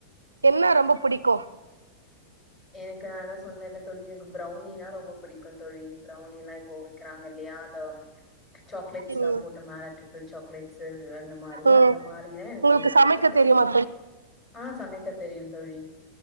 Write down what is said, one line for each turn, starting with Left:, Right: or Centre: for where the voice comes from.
Right: என்ன ரொம்ப புடிக்கு
Left: எனக்கு நா தா சொன்ன இல்ல தோழி எனக்கு ப்ரௌனினா ரொம்ப புடிக்கு தோழி ப்ரௌனினா இப்போ விக்கறாங்க இல்லயா அந்த சாக்லேட்ஸ்ல்லா
Right: ம்
Left: போட்டு மேல ட்ரிபிள் சாக்லேட்ஸு அந்த மாரி
Right: ம்
Left: அந்த மாரியே
Right: உங்களுக்கு
Left: ரொம்ப புடிக்கு
Right: சமைக்க
Left: தோழி
Right: தெரியுமா
Left: ஆ சமைக்க தெரியு தோழி